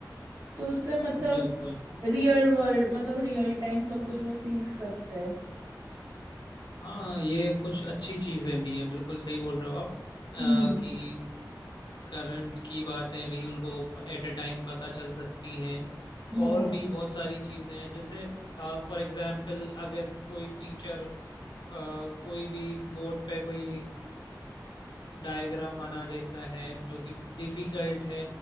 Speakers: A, on the right; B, on the left.
A: तो उससे मतलब
B: बिल्कुल
A: रियल वर्ल्ड मतलब रियल टाइम सब कुछ वो सीख सकते हैं
B: हाँ ये कुछ अच्छी चीजें भी हैं बिल्कुल सही बोल रहे हो आप अ,
A: हम्म
B: कि करंट की बातें भी उनको एट ए टाइम पता चल सकती हैं
A: हम्म
B: और भी बहुत सारी चीजें हैं जैसे फॉर एग्जाम्पल अगर कोई टीचर कोई भी बोर्ड पे कोई डायग्राम बना देता है जो कि डिफिकल्ट है